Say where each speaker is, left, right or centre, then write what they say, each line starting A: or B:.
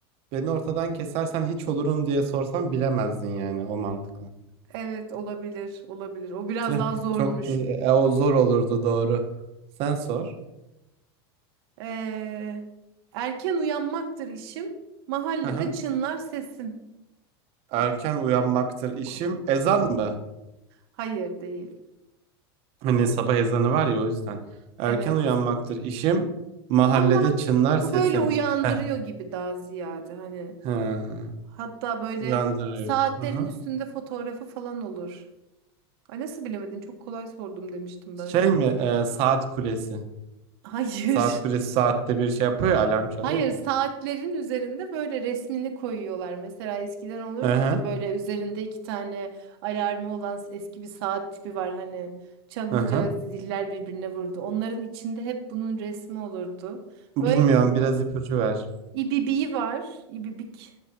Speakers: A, on the right; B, on the right.
A: beni ortadan kesersen hiç olurum diye sorsan bilemezdin yani o mantıkla.
B: Evet olabilir olabilir. O biraz
A: Tüh,
B: daha zormuş.
A: çok da e, o zor olurdu doğru. Sen sor.
B: Ee, erken uyanmaktır işim. Mahallede
A: Hı hı.
B: çınlar sesim.
A: Erken
B: Abi çok,
A: uyanmaktır
B: çok
A: işim.
B: kolay oldu.
A: Ezan mı?
B: Hayır değil.
A: Hani sabah ezanı var ya o yüzden. Erken
B: Evet.
A: uyanmaktır işim. Mahallede
B: Ama
A: çınlar sesim.
B: bu böyle uyandırıyor
A: Heh.
B: gibi daha ziyade hani.
A: Hı.
B: Hatta böyle
A: Uyandırıyor.
B: saatlerin
A: Aha.
B: üstünde fotoğrafı falan olur. Ay nasıl bilemedin? Çok kolay sordum demiştim
A: Şey
B: ben.
A: mi? e, saat kulesi.
B: <laughs> Hayır.
A: Saat kulesi saatte bir şey yapıyor ya alarm çalıyor
B: Hayır,
A: ya.
B: saatlerin üzerinde böyle resmini koyuyorlar. Mesela eskiden olurdu
A: Hı hı.
B: ya böyle üzerinde iki tane alarmı olan eski bir saat tipi var. Hani çalınca
A: Hı hı.
B: ziller birbirine vurdu. Onların içinde hep bunun resmi olurdu.
A: Bilmiyorum
B: Böyle
A: biraz ipucu ver.
B: ibibiği var. İbibik.